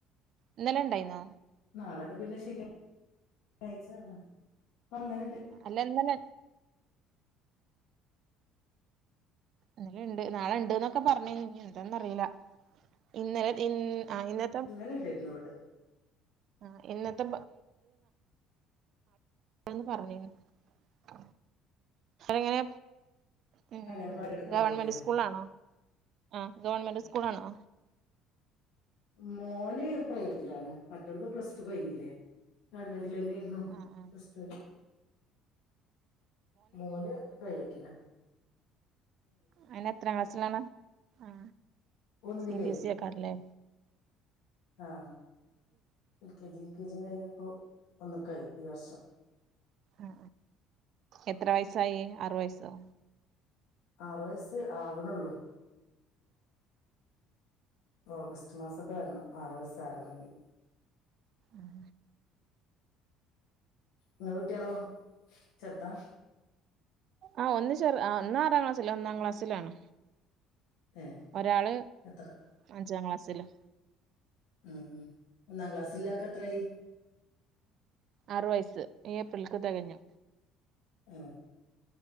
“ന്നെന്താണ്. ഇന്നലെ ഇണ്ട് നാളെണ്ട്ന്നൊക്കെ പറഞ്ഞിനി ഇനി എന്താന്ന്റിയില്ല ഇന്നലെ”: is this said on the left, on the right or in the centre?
Right